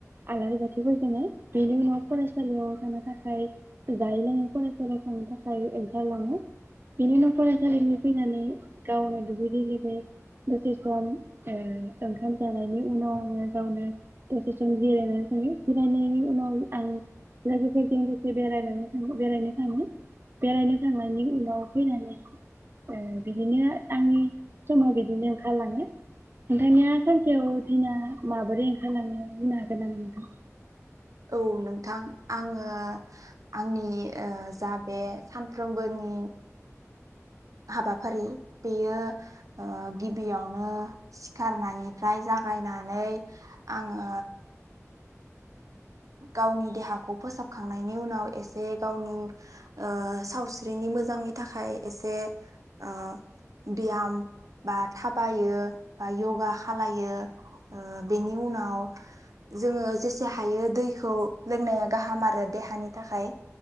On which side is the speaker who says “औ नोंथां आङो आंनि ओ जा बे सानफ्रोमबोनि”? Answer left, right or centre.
Right